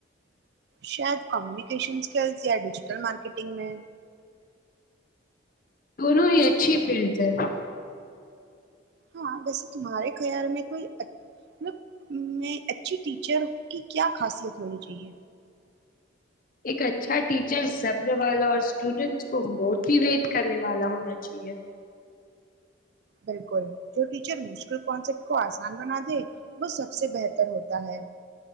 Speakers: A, on the right (about 55°); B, on the left (about 45°).
A: شاید کمیونیکیشن سکلز یا ڈیجیٹل مارکیٹنگ میں
B: دونوں ہی اچھی فیلڈ ہیں
A: ہاں ویسے تمہارے خیال میں کوئی ملب میں اچھی ٹیچر کی کیا خاصیت ہونی چاہیئے
B: ایک اچھا ٹیچر سبر والا اور اسٹوڈنٹس کو موٹیویٹ کرنے والا ہونا چاہیے
A: بالکل جو ٹیچر مشکل کنسیپٹ کو آسان بنا دے وہ سب سے بہتر ہوتا ہے